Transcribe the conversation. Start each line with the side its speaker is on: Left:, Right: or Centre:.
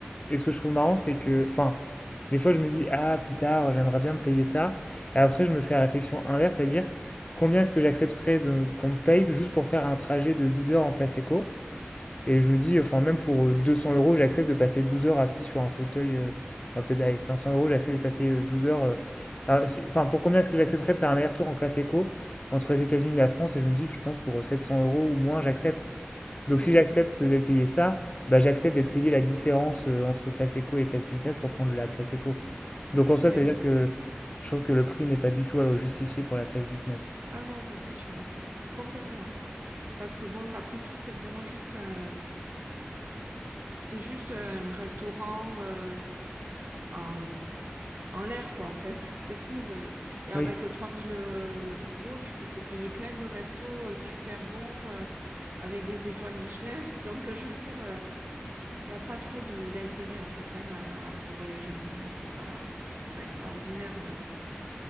Left: et ce que je trouve marrant, c'est que, enfin, des fois je me dis, ah, plus tard, j'aimerais bien me payer ça. Et après, je me fais la réflexion inverse, c'est-à-dire, combien est-ce que j'accepterais de, qu'on me paye juste pour faire un trajet de 10 heures en classe éco? Et je me dis, enfin, même pour euh, 200 euros, j'accepte de passer 12 heures assis sur un fauteuil. euh, enfin, peut-être, allez, 500 euros, j'accepte de passer euh, 12 heures. euh, ah, si- Enfin, pour combien est-ce que j'accepterais de faire un aller-retour en classe éco entre les États-Unis et la France? Et je me dis, je pense pour euh, 700 euros ou moins, j'accepte. Donc,
Right: ben
Left: si j'accepte
Right: oui,
Left: d'être payé ça, bah, j'accepte d'être payé la différence euh, entre classe éco et classe business pour prendre la classe éco. Donc, en soi,
Right: ouais.
Left: ça veut dire que je trouve que le prix n'est pas du tout euh, justifié pour la classe business.
Right: Ah non, ça, c'est sûr, hein. Co- Complètement. Parce que bon, ça, après tout, c'est vraiment juste un... C'est juste un restaurant euh, en, en l'air, quoi, en fait. <laughs> C'est tout. ouais, mais- Et avec
Left: Oui,
Right: euh, 3000 euros, tu peux te payer plein de restos euh, super bons euh, avec des étoiles Michelin. <laughs> Donc, euh, je veux dire... euh, Il n'y a pas trop de d'intérêt en fait hein, à, à voyager en business, c'est pas c'est pas extraordinaire. euh.